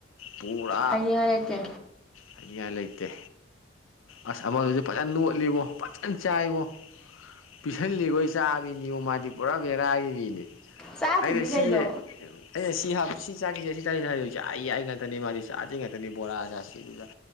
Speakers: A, on the left; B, in the centre.
A: ꯄꯨꯔꯥ
B: ꯍꯥꯏꯅꯤꯡꯉꯥꯏ ꯂꯩꯇꯦ
A: ꯍꯥꯏꯅꯤꯡꯉꯥꯏ ꯂꯩꯇꯦ ꯑꯁ ꯑꯃꯗꯨꯁꯨ ꯐꯖꯅ ꯅꯣꯠꯂꯤꯕꯣ ꯐꯖꯅ ꯆꯥꯏꯕꯣ ꯄꯤꯁꯜꯂꯤꯈꯣꯏ ꯆꯥꯕꯅꯤꯉꯣ ꯃꯥꯗꯤ ꯄꯨꯔꯥ ꯕꯦꯔꯥꯒꯤ ꯃꯤꯅꯤ
B: ꯆꯥꯗꯕꯤ
A: ꯑꯩꯅ ꯁꯤ
B: ꯀꯩꯅꯣ
A: ꯑꯩꯅ ꯁꯤ ꯍꯥꯞ ꯁꯤ ꯆꯥꯈꯤꯁꯦ ꯁꯤ ꯆꯥꯁꯤ ꯍꯥꯏꯗꯣꯏꯁꯦ ꯌꯥꯏ ꯌꯥꯏ ꯉꯥꯛꯇꯅꯤ ꯃꯥꯗꯤ ꯆꯥꯖꯦ ꯉꯥꯛꯇꯅꯤ ꯕꯣꯔꯥ ꯆꯥꯁꯤ ꯑꯗꯨ ꯆꯥꯁꯦ